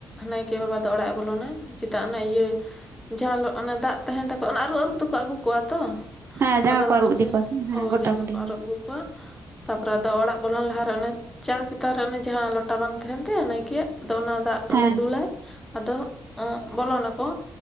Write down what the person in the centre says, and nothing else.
ᱱᱟᱭᱠᱮ ᱾ ᱱᱟᱩᱠᱮ ᱵᱟᱵᱟ ᱫᱚ ᱚᱲᱟᱜᱼ ᱮ ᱵᱚᱞᱚᱱᱟ ᱪᱮᱫᱟᱜ ᱚᱱᱮ ᱤᱭᱟᱹ ᱡᱷᱟᱞ ᱚᱱᱟ ᱫᱟᱜ ᱛᱟᱦᱮᱱ ᱛᱟᱠᱚᱣᱟ ᱚᱱᱟ ᱟᱨᱩᱵ ᱟᱹᱨᱩᱵ ᱛᱮᱠᱚ ᱟᱹᱜᱩ ᱠᱚᱣᱟ ᱛᱚ
ᱟᱫᱚ
ᱞᱟᱥᱴᱮ
ᱦᱳᱭ
ᱡᱟᱸᱜᱟ
ᱠᱚ
ᱟᱹᱨᱩᱵ ᱟᱹᱜᱩ ᱠᱚᱣᱟ ᱛᱟᱯᱚᱨᱮ ᱟᱫᱚ ᱚᱲᱟᱜ ᱵᱚᱞᱚᱱ ᱞᱟᱦᱟᱨᱮ ᱚᱱᱮ ᱪᱟᱞ ᱪᱮᱛᱟᱱ ᱨᱮ ᱚᱱᱮ ᱡᱟᱦᱟᱸ ᱞᱚᱴᱟ ᱵᱟᱝ ᱛᱟᱦᱮᱱ ᱛᱟᱭᱟ ᱱᱟᱭᱠᱮᱭᱟᱜ ᱟᱫᱚ ᱚᱱᱟ ᱫᱟᱜ
ᱚᱸᱰᱮ ᱫᱩᱞᱟᱭ᱾ ᱟᱫᱚ ᱵᱚᱞᱚᱱᱟᱠᱚ